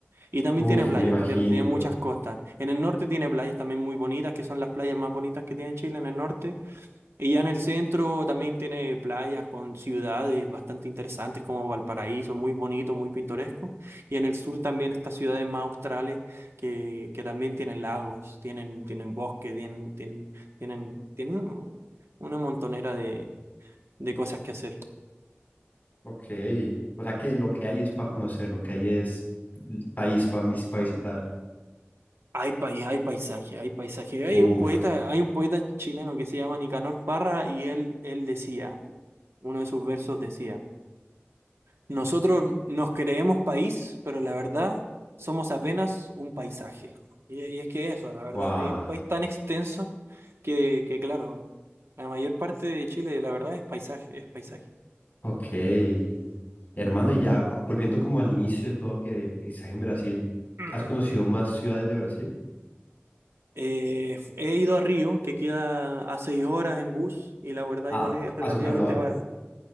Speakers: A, on the right; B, on the left.
A: Y también
B: uf,
A: tiene playas,
B: me imagino.
A: ¿no es cierto? Tiene muchas costas. En el norte tiene playas también muy bonitas, que son las playas más bonitas que tiene Chile en el norte y ya en el centro también tiene playas con ciudades bastante interesantes como Valparaíso, muy bonito, muy pintoresco. Y en el sur también estas ciudades más australes que, que también tienen lagos, tienen, tienen bosque, tienen, tienen, tienen, tienen una montonera de, de cosas que hacer.
B: Ok. O sea que lo que hay es para conocer, lo que hay es el país para para visitar.
A: Hay país, hay paisaje, hay paisaje. Hay
B: Uf,
A: un poeta, hay un poeta chileno que se llama Nicanor Parra y él, él decía, uno de sus versos decía. Nosotros nos creemos país, pero la verdad somos apenas un paisaje. Y, y es que eso, la verdad,
B: wow.
A: es un país tan extenso que, que, claro, la mayor parte de Chile, la verdad, es paisaje, es paisaje.
B: Ok. Hermano, y ya ah, volviendo como al inicio de todo que estás en Brasil,
A: <clears throat>
B: ¿has conocido más ciudades de Brasil?
A: Eh, he ido a Río, que queda a seis horas en bus, y la verdad
B: A,
A: igual es relativamente
B: a su carnaval.
A: ba-